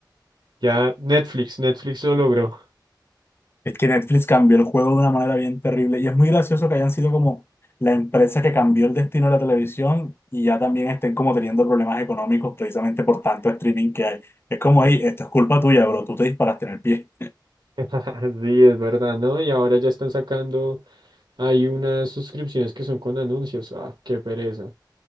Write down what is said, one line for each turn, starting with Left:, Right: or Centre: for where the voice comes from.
Right: Ya Netflix, Netflix lo logró.
Left: Es que Netflix cambió el juego de una manera bien terrible y es muy gracioso que hayan sido como la empresa que cambió el destino de la televisión y ya también estén como teniendo problemas económicos precisamente por tanto streaming que hay. Es como, ahí, esto es culpa tuya, bro, tú te disparaste en el pie.
Right: <laughs> Sí, es verdad, ¿no? Y ahora ya están sacando Hay unas suscripciones que son con anuncios. Ah, qué pereza.